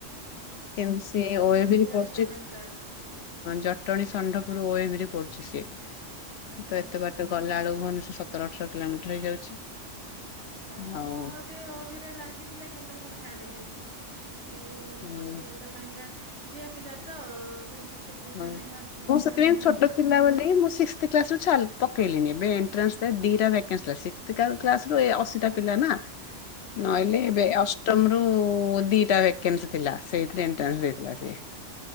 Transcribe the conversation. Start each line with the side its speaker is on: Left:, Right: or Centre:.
Right: ଆଚ୍ଛା
Left: ଏମସିଆଇ
Right: ଅ
Left: ଓଏଵିରେ
Right: ମୋ ଝିଅର
Left: ପଢୁଛି।
Right: Seven class.
Left: Jatani Shandapur O A V ରେ ପଡୁଛି ସିଏ।
Right: ଆଚ୍ଛା
Left: ତ ଏତେ ବାଟ। ସେ ଗଲା ଆଳୁକୁ ମାନେ ସେ ସତର ଅଠର କିଲୋମିଟର ହେଇଯାଉଛି।
Right: ବା
Left: ଆଉ
Right: ମୋର ବି ଓଭିରେ ଲାଗିଥିଲା କିନ୍ତୁ ମୁଁ ଛାଡିଲିନି। ଏଇ
Left: ଉଁ,
Right: ଅସୁବିଧା ପାଇଁକା ଝିଅ ପିଲା ତ ସେମିତି। ସୁବିଧା
Left: ହଁ
Right: ନାହିଁ ହଷ୍ଟେଲ
Left: ମୁଁ
Right: ସୁବିଧା
Left: ସେଥିପାଇଁ
Right: ନାହିଁ।
Left: ଛୋଟ ଥିଲା ବୋଲି କି ମୁଁ ସିକ୍ସ। ପକେଇଲିଣି ଏବେ ଏଣ୍ଟ୍ରାସ ଦିଇଟା ଭାକାନସ ଥିଲା ସିକ୍ସଟା କ୍ଲାସରୁ ଅଶୀଟା ପିଲା ନା?। <unintelligible> ନହେଲେ
Right: ହୁଁ
Left: ଏବେ ଅଷ୍ଟମ ରୁ ଦିଟା ଭେକନ୍ସି ଥିଲା ସେଇଥିରେ ଏନଟ୍ରାନ୍ସ ଦେଇଥିଲା ସେ।